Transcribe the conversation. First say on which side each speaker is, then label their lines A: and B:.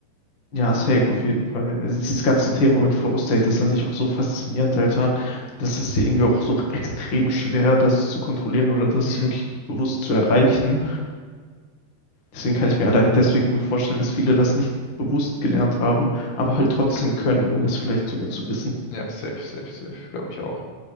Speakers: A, on the left; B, on the left.
A: Ja, safe, auf jeden Fall. Also dieses ganze Thema mit Flow State ist an sich auch so faszinierend, Alter. Das ist ja irgendwie auch so extrem schwer, das zu kontrollieren oder das
B: Mhm.
A: wirklich bewusst zu erreichen. Deswegen kann ich mir allein deswegen gut vorstellen, dass viele das nicht bewusst gelernt haben, aber halt trotzdem können, ohne es vielleicht sogar zu wissen.
B: Ja, safe, safe, safe, glaube ich auch.